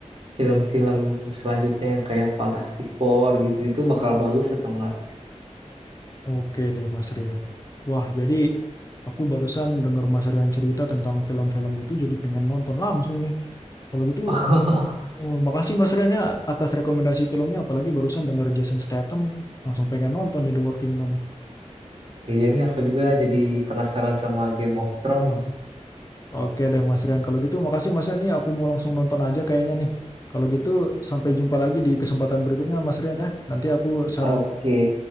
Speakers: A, on the right (about 50°); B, on the left (about 30°).
A: film-film selanjutnya yang kayak Fantastic Four gitu-gitu bakal bagus atau enggak.
B: Oke deh, Mas Rian. Wah, jadi aku barusan denger Mas Rian cerita tentang film-film itu jadi pengen nonton langsung nih. Kalau gitu
A: <laughs>
B: Oh, makasih Mas Rian ya atas rekomendasi filmnya, apalagi barusan denger Jason Statham, langsung pengen nonton nih The Working Man.
A: Iya nih aku juga jadi penasaran sama Game of Thrones.
B: Oke deh Mas Rian, kalau gitu makasih Mas Rian nih, aku mau langsung nonton aja kayaknya nih. Kalau gitu sampai jumpa lagi di kesempatan berikutnya Mas Rian ya. Nanti aku saran
A: Oke.